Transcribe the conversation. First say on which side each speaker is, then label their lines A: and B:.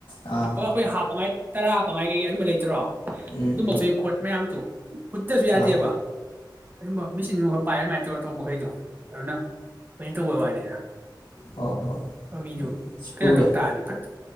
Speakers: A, on the left; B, on the right.
A: ꯑꯥ
B: <unintelligible> ꯈꯣꯏ ꯍꯥꯞꯄꯉꯥꯏ ꯇꯔꯥ ꯄꯉꯥꯏ ꯀꯩꯀꯩ ꯑꯗꯨꯝꯕ ꯂꯩꯇ꯭ꯔꯣ
A: ꯎꯝ
B: ꯑꯗꯨꯝꯕꯩ ꯈꯣꯠ ꯃꯌꯥꯝꯗꯨꯣ ꯈꯨꯗꯁꯨ ꯌꯥꯇꯦꯕ
A: ꯑꯥ
B: ꯑꯗꯨꯨꯝꯕ ꯃꯤꯁꯤꯡꯗꯨꯈꯛ ꯄꯥꯏ ꯑꯗꯨꯃꯥꯏꯅ ꯇꯧꯔ ꯇꯧꯕ ꯃꯈꯩꯗꯣ ꯑꯗꯨꯅ ꯑꯩꯈꯣꯏ ꯇꯧꯕꯩ ꯋꯥꯅꯤꯗ
A: ꯍꯣꯏ ꯍꯣꯏ
B: ꯕꯕꯤꯗꯨ
A: ꯁꯨꯔꯦ
B: ꯀꯩꯅꯣ ꯇꯧ ꯇꯥꯔꯦ ꯐꯠ